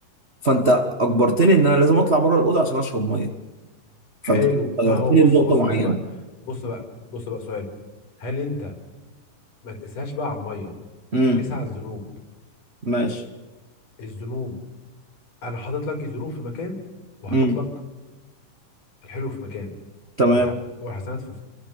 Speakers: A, on the right (about 70°); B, on the left (about 75°).
A: فانت اجبرتني ان انا لازم اطلع بره الاوضه عشان اشرب ميه
B: حلو
A: فانت
B: ما
A: خيرتني
B: هو بص
A: لنقطه
B: بص
A: معينه
B: بص بقى بص بقى بص بقى سؤال هل انت ما تقساش بقى على الميه
A: امم
B: قسها على الذنوب
A: ماشي
B: الذنوب انا حاطط لك الذنوب في مكان وحاطط
A: امم
B: لك الحلو في مكان
A: تمام
B: او الح- او الحسنات في